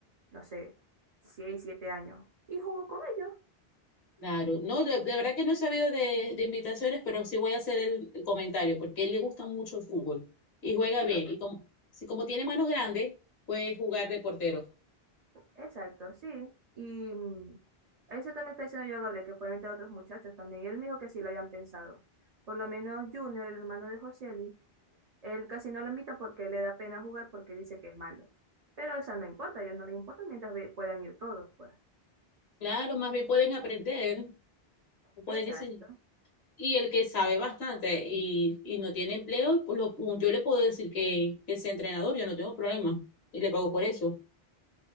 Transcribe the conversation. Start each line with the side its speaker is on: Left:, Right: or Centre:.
Right: no sé, 6 7 años y jugó con ellos.
Left: Claro, no, de, de verdad que no he sabido de, de invitaciones, pero sí voy a hacer el, el comentario, porque a él le gusta mucho el fútbol y juega
Right: Sí,
Left: bien.
Right: es que-
Left: Y como, si como tiene manos grandes, puede jugar de portero.
Right: exacto, sí. Y mm, eso también está diciendo yo a Gabriel, que pueden entrar otros muchachos también. Y él me dijo que sí lo habían pensado. Por lo menos Junior, el hermano de Joseli, él casi no lo invita porque le da pena jugar porque dice que es malo. Pero eso no importa, a ellos no les importa mientras ve- puedan ir todos, pues.
Left: Claro, más bien pueden aprender, o pueden
Right: Exacto.
Left: enseñar. Y el que sabe bastante y, y no tiene empleo, pues lo- yo le puedo decir que, que sea entrenador, yo no tengo problema y le pago por eso.